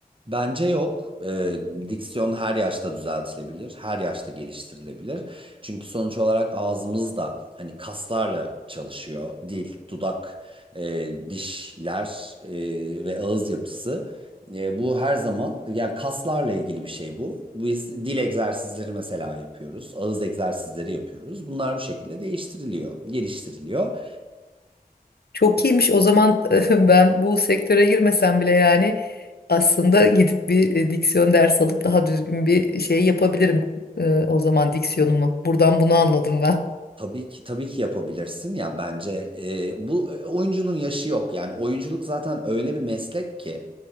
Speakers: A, on the right (about 35°); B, on the left (about 80°).
A: Bence yok. Ee, diksiyon her yaşta düzeltilebilir, her yaşta geliştirilebilir. Çünkü sonuç olarak ağzımız da hani kaslarla çalışıyor. Dil, dudak, e, dişler e, ve ağız yapısı. E, bu her zaman yani kaslarla ilgili bir şey bu. Biz dil egzersizleri mesela yapıyoruz, ağız egzersizleri yapıyoruz. Bunlar bu şekilde değiştiriliyor, geliştiriliyor.
B: Çok iyiymiş. O zaman <laughs> ben bu sektöre girmesem bile yani aslında gidip bir e, diksiyon dersi alıp daha düzgün bir şey yapabilirim. e, o zaman diksiyonumu. Buradan bunu anladım ben.
A: Tabii ki tabii ki yapabilirsin ya bence e, bu e, oyunculuğun yaşı yok yani oyunculuk zaten öyle bir meslek ki